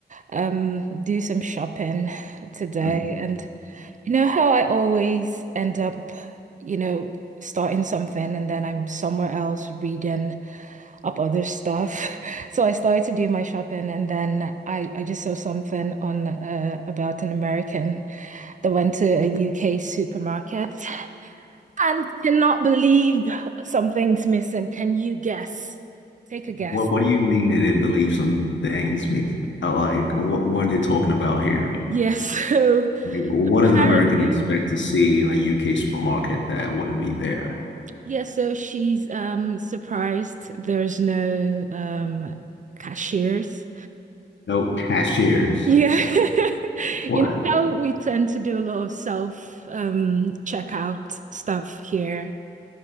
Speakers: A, on the right (about 40°); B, on the left (about 80°).
A: um do some shopping today
B: Uh,
A: and you know how I always end up, you know, starting something and then I'm somewhere else reading up other stuff. <laughs> So I started to do my shopping and then I I just saw something on uh, about an American. I went to a UK supermarket and cannot believe something's missing. Can you guess? Take a guess.
B: what what do you mean that it believes some things me? Uh, Like what what are they talking about here?
A: Yes, <laughs> so
B: I mean, what
A: apparently,
B: does an American expect to see in a UK supermarket that wouldn't be there?
A: yes, so she's um surprised there's no um cashiers.
B: No cashiers.
A: Yeah. <laughs>
B: What?
A: You know how we tend to do a lot of self um checkout stuff here